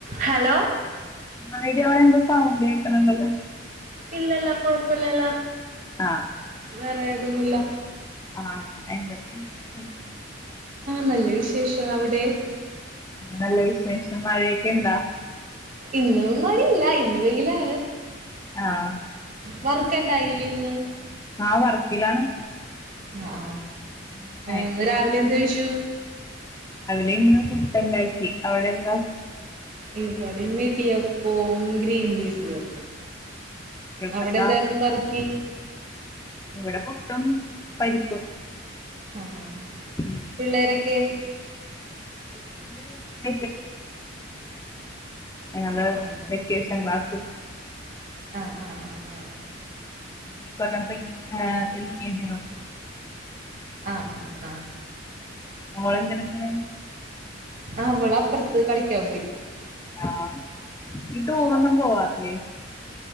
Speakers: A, on the right (about 45°); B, on the left (about 15°).
A: ഹലോ
B: ആ ടി അവിടെ എന്തോ സൗണ്ട് കേക്കണണ്ടല്ലേ
A: ഇല്ലല്ല കൊഴപ്പല്ലല്ല
B: ആ
A: വേറെ തൊന്നുല്ല
B: ആ എന്തൊക്കെണ്ട് വിശേഷം
A: ന്ല്ല വിശേഷം അവിടെ
B: നല്ല വിശേഷം മഴയൊക്കെ ഇണ്ടാ
A: ഇന്നും മണിയില്ല ഇന്ന് വെയിലാണ്
B: ആഹ്
A: വർക്കണ്ടായിലെ ഇന്ന്
B: ആ വർക്കിലാണ്
A: ആ ആ
B: ഉം എന്ത്
A: ഇന്ന്
B: പറ്റി
A: രാവിലെ എന്ത് കയിച്ചു
B: ന്ന് പുട്ടണ്ടാക്കി അവിടെ എന്താ
A: ഇവിടെന്ന് ഇഡിയ പ്പോം ഗ്രീംൻപീസ് തിയറി
B: ഉച്ചക്കത്തേക്കാ
A: അവിടെ എന്തായിരുന്നു കറിക്ക്
B: ഇവിടെ പൊട്ടും പരിപ്പും
A: അ ആ ആ
B: ഉം
A: പിള്ളേരൊക്കെ
B: <inaudible> അ
A: ആ ആ
B: വെക്കേഷൻ ക്ലാസ്
A: ആ ആ ആ ആ ആ
B: ഈ കൊല്ലം എൽ കെ ജീലോട്ട്
A: അ ആ ആ
B: ഓള എങ്ങനെ <inaudible>
A: അവള അപ്പറത്ത് കളിക്കാൻ പോയി
B: ആ ഇ ട്ടൂറൊന്നും
A: അപ്പ
B: പോവാറില്ലേ